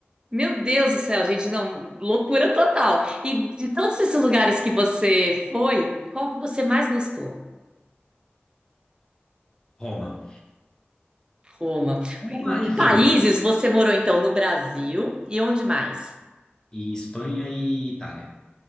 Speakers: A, on the right; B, on the left.
A: Meu Deus do céu, gente, não, loucura total. E de todos esses lugares que você foi, qual que você mais gostou?
B: Roma.
A: Roma.
B: Roma
A: De
B: e Rio.
A: Países você morou então no Brasil e onde mais?
B: E Espanha e Itália.